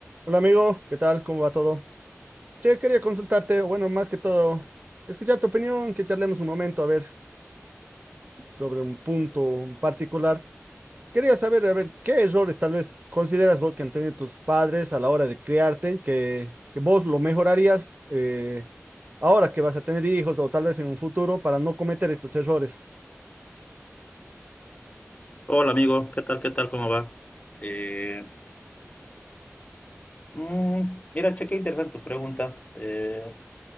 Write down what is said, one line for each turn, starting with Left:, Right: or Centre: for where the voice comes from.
Right: Hola amigo, ¿qué tal? ¿Cómo va todo? Che, quería consultarte, o bueno, más que todo, escuchar tu opinión, que charlemos un momento, a ver, sobre un punto en particular. Quería saber, a ver, ¿qué errores tal vez consideras vos que han tenido tus padres a la hora de criarte, que, que vos lo mejorarías eh, ahora que vas a tener hijos o tal vez en un futuro para no cometer estos errores?
Left: Hola amigo, ¿qué tal? ¿Qué tal? ¿Cómo va? Eh, mm, mira, che, qué interesante tu pregunta. Eh,